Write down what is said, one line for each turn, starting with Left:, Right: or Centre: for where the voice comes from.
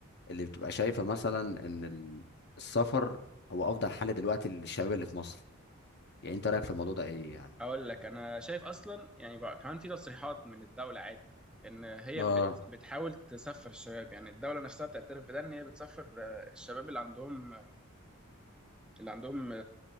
Left: اللي بتبقى شايفة مثلا ان ال- السفر هو افضل حل دلوقتي للشباب اللي في مصر يعني انت رأيك في الموضوع ده ايه يعني
Centre: اقول لك انا شايف اصلا يعني بقى كمان في تصريحات من الدوله عادي ان هي
Left: اه
Centre: بت بتحاول تسفر الشباب يعني الدوله نفسها بتعترف بده ان هي بتسفر آه، الشباب اللي عندهم اللي عندهم